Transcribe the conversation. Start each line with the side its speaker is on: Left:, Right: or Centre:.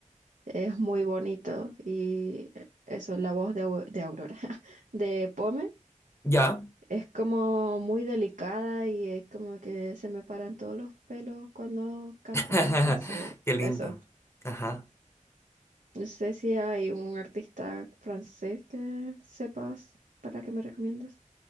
Right: Es muy bonito y eso, la voz de, Au- de Aurora, <laughs> de Pome,
Left: Ya.
Right: es como muy delicada y es como que se me paran todos los pelos cuando canta.
Left: <laughs>
Right: Entonces,
Left: Qué lindo.
Right: eso,
Left: Ajá.
Right: No sé si hay un artista francés que sepas para que me recomiendes.